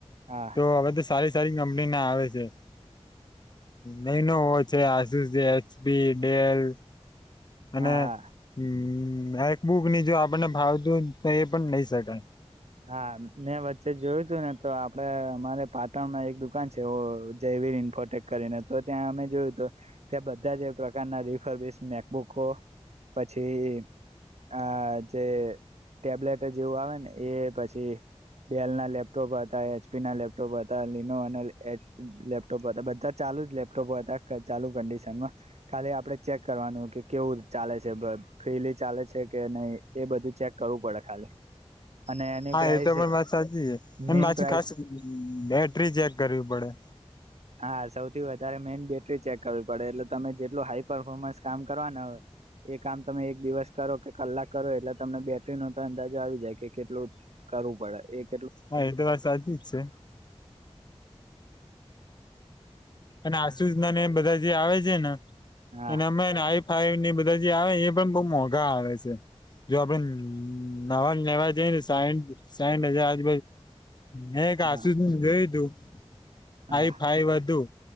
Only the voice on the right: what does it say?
હા
હા
હા મેં વચ્ચે જોયું તું ને તો આપડે અમારે પાટણમાં એક દુકાન છે ઓ જય વીર ન્ફોટેક કરીને તો ત્યાં અમે જોયું તો ત્યાં બધા જ પ્રકારના રીફર બેઝ મેકબુકો પછી આ જે ટેબ્લેટ જેવું આવે ને એ પછી ડેલ ના લેપટોપ હતા એચ પી ના લેપટોપ હતા લિનો અને લેપટોપ હતા બધા ચા લુ જ લેપટોપો હતા ચાલુ કંડિશનમાં ખાલી આપડે ચેક કરવાનું કે કેવું ચાલે છે બ ફ્રીલી ચાલે છે કે નહી એ બધું ચેક કરવું પડે ખાલી અને એની
પ્રાઇસ
મેઈન
પ્રાઇસ
હા સૌથી વધારે મેન બેટરી ચેક કરવી પડે એટલે તમે જેટલું હાઈ પરફોર્મન્સ કામ કરવાના હોય એ કામ તમે એક દિવસ કરો કે કલાક કરો એટલે તમને બે ટ્રી નો ત અંદાજો આવી જાય કે કેટલું કરવું પડે એક
હા
હા
હા